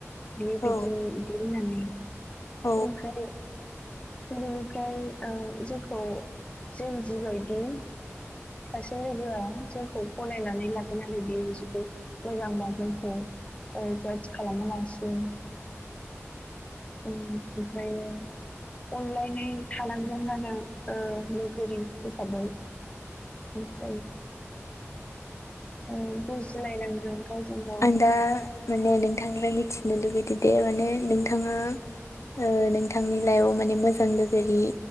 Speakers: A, on the left; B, on the left.
A: बे
B: औ
A: बिबदि बिदि होननानै
B: औ
A: ओमफ्राय बेनिफ्राय ओ जोंखौ जों जिबायदि सासे लोगोआ जोंखौ गनायनानै लागोन आरो बेयो जुदि मोजांबा जोंखौ ओ जाज खालामा लासिनो ओम ओमफ्रायो अनलायनाय थानांगोन आरो ओ लोगोरि साबै ओमफ्राय ओ बुजिलायनांगोन गावजों गाव
B: आं दा माने नोंथांनिफ्राय मिथिनो लुगैदो दे माने नोंथाङा ओ नोंथांनि लाइफआव माने मोजां लोगोरि